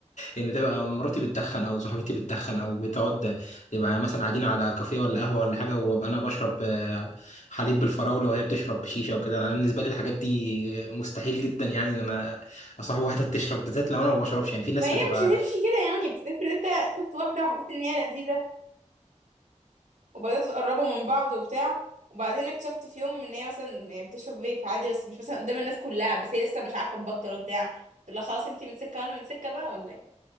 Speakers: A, on the left; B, on the right.
A: ان تبقى مراتي بتدخن او صاحبتي بتدخن او بتقعد يبقى مثلا قاعدين على كافيه ولا قهوه ولا حاجه وابقى انا بشرب آه، حليب بالفراوله وهي بتشرب بشيشه وكده انا بالنسبه لي الحاجات دي مستحيل جدا يعني ان انا اصاحب واحده بتشرب بالذات لو انا ما بشربش يعني في ناس
B: ما هي
A: بتبقى
B: مش هتمشي كده يعني بس افرض انت شفت واحده وحسيت ان هي لذيذه وبدات تقربوا من بعض وبتاع وبعدين اكتشفت في يوم ان هي مثلا يعني بتشرب فيب عادي بس مش مثلا قدام الناس كلها بس هي لسه مش عارفه تبطل وبتاع تقول لها خلاص انت من سكه وانا من سكه بقى ولا إيه؟